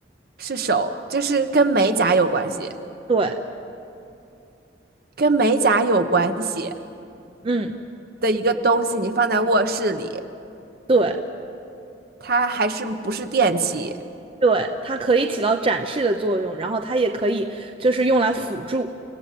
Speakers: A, on the right; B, on the right.
A: 是手，就是跟美甲有关系，
B: 对，
A: 跟美甲有关系
B: 嗯，
A: 的一个东西，你放在卧室里，
B: 对。
A: 它还是不是电器？
B: 对，它可以起到展示的作用，然后它也可以就是用来辅助。